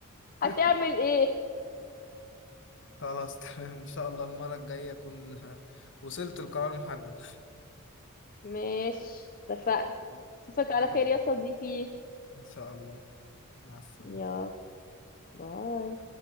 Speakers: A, on the left; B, on the left.
A: هتعمل
B: <laughs>
A: ايه
B: خلاص تمام ان شاء الله المره الجايه اكون <laughs> وصلت لقرار محدد
A: ماشي اتفقنا
B: <laughs>
A: اشوفك على
B: اتفقنا
A: خير يا صديقي
B: ان شاء الله مع السلامه
A: يلا باي